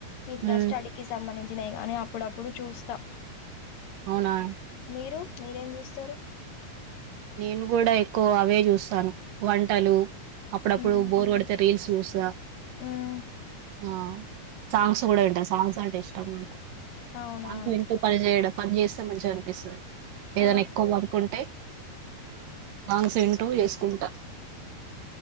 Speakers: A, on the left; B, on the right.
A: ఇట్లా
B: మ్మ్
A: స్టడీకిి సంబంధించినయ్ గానీ ప్పుడప్పుడు చూస్తా
B: నా
A: మీరు మీరేం చూస్తారు
B: నేను గూడ ఎక్కువ అవే చూస్తాను వంటలు అప్పుడప్పుడు
A: మ్మ్
B: బోర్ కొడితే రీల్స్ చూస్తా
A: మ్మ్
B: ఆ సాంగ్స్ గుడ వింటా సాంగ్స్ అంటే ఇష్టం నాకు
A: అవునా
B: సాంగ్స్ వింటూ పని చేయడం పని చేస్తే మంచింగా అనిపిస్తది. ఏదన్నా
A: ఆహా
B: ఎక్కువ వర్కుంటే సాంగ్స్ వింటూ ఏసుకుంటా